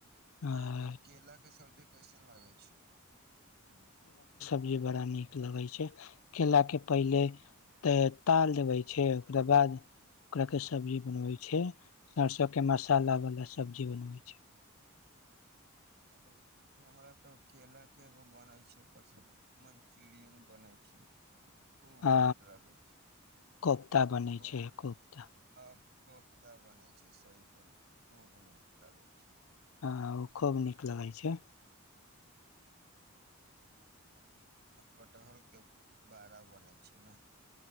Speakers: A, on the right (about 50°); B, on the left (about 70°).
A: अहाँ
B: अ
A: के केला के सब्जी कैसन लागै छै।
B: सबजी बड़ा नीक लगै छै, केला के पहिले तऽ ताल देबै छै ओकरा बाद ओकरा के सब्जी बनबै छै, सरिसोे मसालावला सब्जी बनबै छै।
A: हाँ, हमरा तऽ केलाके एगो बनै छै पस मन्चुरियन बनै छै। खूब
B: आ
A: नीक लगै छै,
B: कोफ्ता बने
A: खूब
B: छै कोफ्ता
A: हँ कोख्ता बनै छै सही बोलल खूब नीक लागै छै।
B: हँ, ओ खूब नीक लगै छै।
A: आ कटहरके बड़ा बनै छै न।